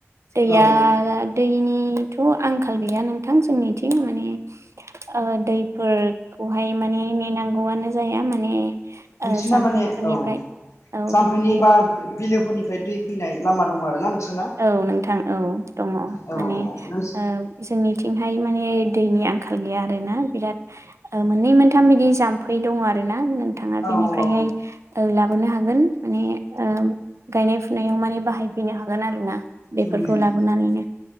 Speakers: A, on the right; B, on the left.
A: दैया
B: औ
A: दैनिथ' आंखाल गैया नोंथां जोंनिथिं। माने ओ दैफोर खौहाय माने नेनांगौआनो जाया माने
B: नोंसिना
A: ओ जाम्फैफोरनिफ्राय
B: माने औ
A: औ
B: जामफैनि
A: बियो
B: बा बिलोफोरनिफ्राय दै फैनाय लामा दंङ आरो ना नोंसोरना?
A: औ नोंथां औ दंङ
B: औ
A: माने
B: नोंस
A: ओ जोंनिथिंहाय माने दैनि आंखाल गैया आरोना बिराद ओ मोननै मोनथाम बिदि जाम्फै दङ आरोना नोंथांङा
B: औ
A: बिनिफ्रायहाय
B: औ
A: ओ लाबोनो हागोन। माने ओ गायनाय फुनायाव माने बाहायफैनो हागोन आरोना। बेफोरखौ
B: उम
A: लाबोनानैनो।